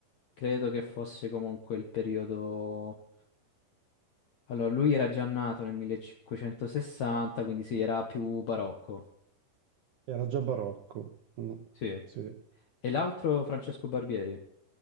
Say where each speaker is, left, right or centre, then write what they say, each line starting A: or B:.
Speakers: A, on the left (about 70°); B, on the right (about 75°).
A: credo che fosse comunque il periodo... Allora, lui era già nato nel 1560, quindi sì, era più barocco.
B: Era già barocco. Mm,
A: Sì.
B: sì.
A: E l'altro Francesco Barbieri,